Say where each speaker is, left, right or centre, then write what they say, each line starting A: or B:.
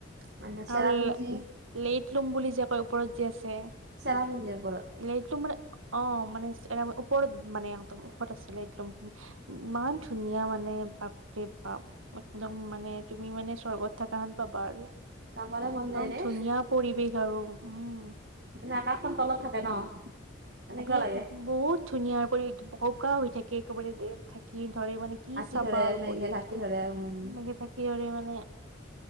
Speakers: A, on the right; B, on the right.
A: মানে চেৰাপুঞ্জী
B: আৰু লেট লোম বুলি যে কয় ওপৰত জে আছে।
A: চেৰাপুঞ্জীৰ ওপৰত
B: লেইটলুম অ মানে এ ওপৰত মানে একদম উষত আছিলে একদমিনি ইমান ধুনীয়া মানে। বাপৰে বাপ, একদম মানে তুমি মানে স্বৰ্গত থাকা হান পাবা আৰু।
A: চাবলে মন
B: একদম
A: যায় ৰে
B: ধুনীয়া পৰিৱেশ আৰু, উম।
A: মানে আকাশখন তলত থাকে ন? এনেকুৱা
B: আপুনি
A: লাগে
B: বহুত ধুনীয়া পৰি বকা হৈ থাকে একেবাৰে দে থাকি। ধৰে মানে কি
A: ঢাকি
B: চাবা
A: ধৰে
B: আৰু
A: মেঘে
B: পৰিৱেশটো,
A: ঢাকি ধৰে উম
B: মেঘে ঢাকি আৰু মানে